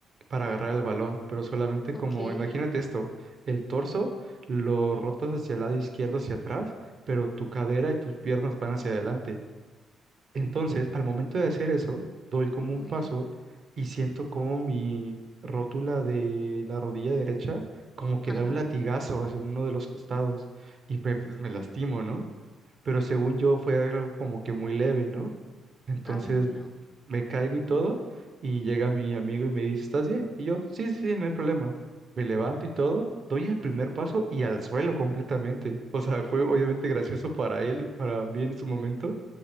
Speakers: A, on the right (about 50°); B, on the left (about 20°).
A: para agarrar el balón, pero solamente
B: Ok.
A: como, imagínate esto, el torso lo rotas hacia el lado izquierdo, hacia atrás, pero tu cadera y tus piernas van hacia adelante. Entonces, al momento de hacer eso, doy como un
B: Uy.
A: paso y siento como mi rótula de la rodilla derecha como que
B: Ajá.
A: da un latigazo hacia uno de los costados y me, pues me lastimo, ¿no? Pero según yo fue algo como que muy leve, ¿no? Entonces
B: Ay, no.
A: me caigo y todo y llega mi amigo y me dice, ¿estás bien? Y yo, sí, sí, sí, no hay problema. Me levanto y todo, doy el primer paso y al suelo completamente. O sea, fue obviamente gracioso para él y para mí en su momento